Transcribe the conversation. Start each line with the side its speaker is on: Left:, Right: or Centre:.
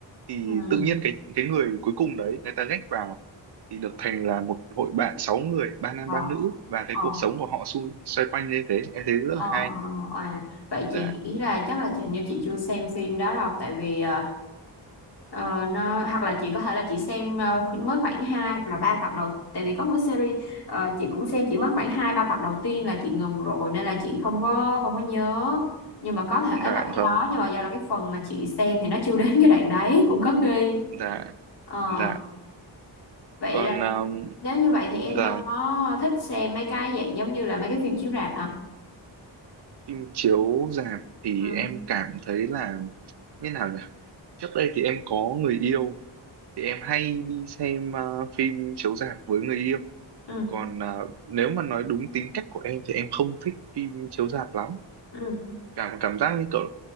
Right: thì
Left: ừ
Right: tự nhiên cái cái người cuối cùng đấy người ta ghét vào thì được thành là một hội bạn sáu người ba nam
Left: ờ
Right: ba nữ và cái
Left: ờ
Right: cuộc sống của họ xu, xoay quanh như thế em thấy rất
Left: Ờ,
Right: là hay
Left: ờ, à, vậy
Right: dạ
Left: chị nghĩ là chắc là chị- hình như chị chưa xem phim đó đâu tại vì ờ, ờ, nó hoặc là chị có thể là chị xem ờ, khoảng- mới khoảng 2 hoặc là 3 tập đầu tại vì có một cái series ờ, chị cũng xem chỉ mới khoảng 2 3 tập đầu tiên là chị ngừng rồi nên là chị không có không có nhớ nhưng mà có thể
Right: dạ
Left: là cái
Right: vâng
Left: đó nhưng mà do là cái phần mà chị xem thì nó chưa đến cái đoạn đấy cũng có khi
Right: dạ
Left: Ờ,
Right: dạ
Left: vậy
Right: còn
Left: là
Right: um,
Left: nếu như vậy thì em
Right: dạ
Left: đâu có thích xem mấy cái dạng giống như là mấy cái phim chiếu rạp hả?
Right: phim chiếu rạp thì
Left: Ừ.
Right: em cảm thấy là như nào nhỉ trước đây thì em có người yêu thì em hay đi xem uh, phim chiếu rạp với người yêu
Left: Ừ.
Right: còn uh, nếu mà nói đúng tính cách của em thì em không thích phim chiếu rạp lắm
Left: Ừ.
Right: cảm cảm giác như kiểu